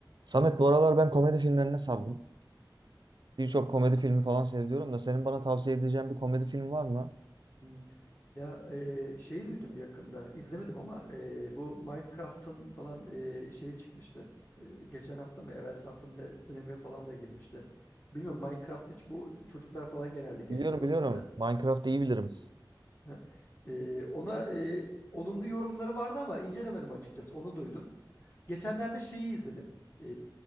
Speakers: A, on the right; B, on the left.
A: Samet bu aralar ben komedi filmlerine sardım. Birçok komedi filmi falan seviyorum da senin bana tavsiye edeceğin bir komedi film var mı?
B: Hmm. Ya e, şeyi duydum yakında izlemedim ama e, bu Minecraft'ın falan e, şeyi çıkmıştı. E, geçen hafta mı evvelsi hafta mı da sinemaya falan da girmişti. Bilmiyorum Minecraft hiç bu çocuklar falan genelde gençler
A: Biliyorum
B: oynuyor
A: biliyorum.
B: da
A: Minecraft'ı iyi bilirim.
B: <laughs> Ha, e, ona e, olumlu yorumları vardı ama incelemedim açıkçası. Onu duydum. Geçenlerde şeyi izledim. E,